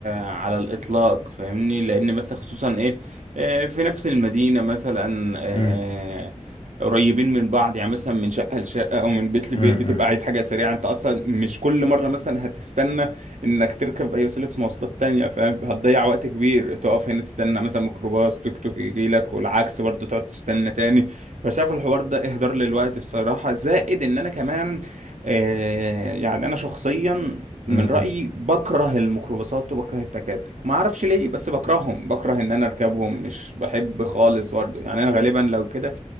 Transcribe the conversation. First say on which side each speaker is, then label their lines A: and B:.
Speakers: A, on the right; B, on the left.
A: على الاطلاق فاهمني لان مثلا خصوصا ايه آه، في نفس المدينة مثلا آه،
B: مم،
A: قريبين من بعض يعني مثلا من شقة لشقة او من بيت
B: مم،
A: لبيت بتبقى
B: مم.
A: عايز حاجة سريعة انت اصلا مش كل مرة مثلا هتستنى انك تركب اي وسيلة مواصلات تانية فاهم هتضيع وقت كبير تقف هنا تستنى مثلا ميكروباص توك توك يجي لك والعكس برضه تقعد تستنى تاني فشايف الحوار ده اهدار للوقت الصراحة زائد ان انا كمان آه، يعني انا شخصيا من
B: امم
A: رأيي بكره الميكروباصات وبكره التكاتك ما اعرفش ليه بس بكرههم بكره ان انا اركبهم مش بحب خالص برضه يعني انا غالبا لو كده